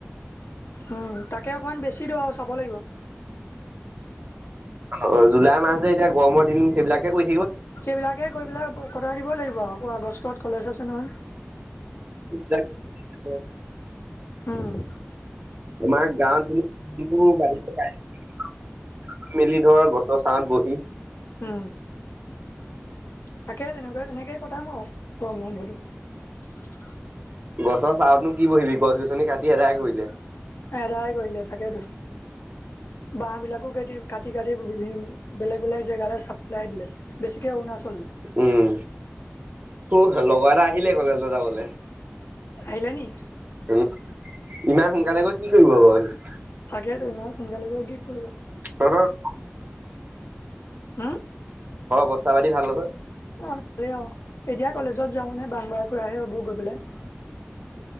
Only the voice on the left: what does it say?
উম' তাকে অকণমান বেছি দওঁ আৰু চাব লাগিব।
সেইবিলাকে গৈ পেলাই, কটাই দিব লাগিব আকৌ আগষ্টত কলেজ আছে নহয়।
উম'।
উম'। থাকে তেনেকুৱা তেনেকেই কটাম আও গৰম বন্ধটো।
এদাই কৰিলে তাকেতো, বাহ বিলাক ক কাটি কাটি কাটি বিভিন বেলেগ বেলেগ জেগালৈ চাপ্লাই দিলে বেছিকে অৰুণাচললে।
আহিলা নি
তাকেতো ইমান সোনকালে গৈ কি কৰিব?
হম
অ ভাল অ এতিয়া কলেজত যাওঁ মানে বাহ বাৰ ফুৰাহে হ'ব গৈ পেলাই।